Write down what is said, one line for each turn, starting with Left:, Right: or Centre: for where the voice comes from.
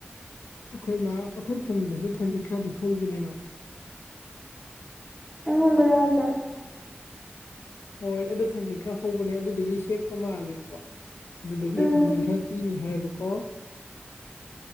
Left: ꯑꯩꯈꯣꯏ ꯃꯥ ꯑꯩꯈꯣꯏ ꯐꯨꯝꯗꯁꯨ ꯊꯡꯖꯤꯛ ꯈꯔꯗꯤ ꯍꯧꯕꯅꯦꯕ
Centre: ꯑꯩꯉꯣꯟꯗꯔꯣ ꯍꯥꯏꯁꯦ
Left: <inaudible> ꯍꯣꯏ ꯑꯗꯨ ꯊꯥꯡꯖꯤꯡ ꯈꯔ ꯍꯧꯕꯅꯦ ꯑꯗꯨꯗꯨꯒꯤ ꯍꯦꯛꯄ ꯃꯥꯜꯂꯦꯕꯀꯣ ꯑꯗꯨꯗꯨꯒꯤ
Centre: ꯎꯝ
Left: ꯊꯥꯡꯖꯤꯡ ꯈꯔ ꯄꯤꯅꯤ ꯍꯥꯏꯌꯦꯕꯀꯣ